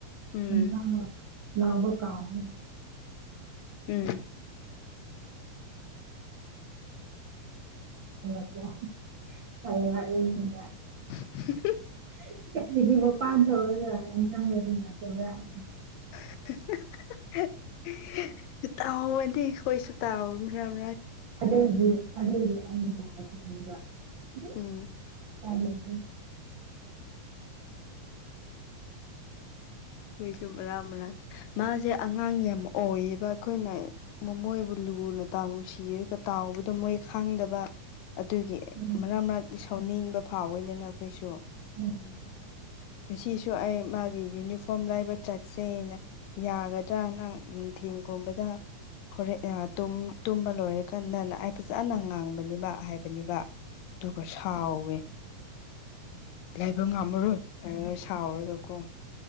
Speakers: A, on the left; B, on the right.
A: ꯎꯝ
B: ꯌꯦꯟꯁꯥꯡꯅ ꯂꯥꯎꯕ ꯀꯥꯎꯅꯤ
A: ꯎꯝ
B: <inaudible> <unintelligible> <unintelligible>
A: <unintelligible>
B: <unintelligible>
A: <unintelligible> <unintelligible>
B: <unintelligible>
A: ꯎꯝ
B: ꯄꯥꯏꯂꯩꯇ‌ꯦ
A: ꯍꯨꯏꯁꯨ ꯃꯔ ꯃꯔꯛꯇ ꯃꯥꯁꯦ ꯑꯉꯥꯡ ꯌꯥꯝ ꯑꯣꯏꯌꯦꯕ ꯑꯩꯈꯣꯏꯅ ꯃꯣꯃꯣꯏꯕꯨ ꯂꯨꯅꯇꯥꯎ ꯅꯨꯡꯁꯤꯔꯒ ꯇꯥꯎꯕꯗ ꯃꯣꯏ ꯈꯪꯗꯕ ꯑꯗꯨꯒꯤ
B: ꯎꯝ
A: ꯃꯔꯛ ꯃꯔꯛꯇ ꯁꯥꯎꯅꯤꯡꯕ ꯐꯥꯎꯋꯦꯅꯦ ꯅꯈꯣꯏꯁꯨ
B: <inaudible>
A: ꯉꯁꯤꯁꯨ ꯑꯩ ꯃꯥꯒꯤ ꯌꯨꯅꯤꯐ ꯐ‌ꯣꯝ ꯂꯩꯕ ꯆꯠꯁꯦꯅ ꯌꯥꯒꯗ꯭ꯔꯥ ꯅꯪ ꯅꯨꯡꯊꯤꯟꯒꯨꯝꯕꯗ ꯍꯣꯔꯦ ꯑꯥ ꯇꯨꯝ-ꯇꯨꯝꯕ ꯂꯣꯏꯔꯀꯥꯟꯗꯅ ꯑꯩ ꯐꯖꯅ ꯉꯥꯡꯕꯅꯦꯕ ꯍꯥꯏ ꯕꯅꯤꯕ ꯑꯗꯨꯒ ꯁꯥꯎꯋꯦ ꯂꯩꯕ ꯉꯝꯃꯔꯣꯏ ꯍꯥꯏꯔꯒ ꯁꯥꯎꯔꯒꯀꯣ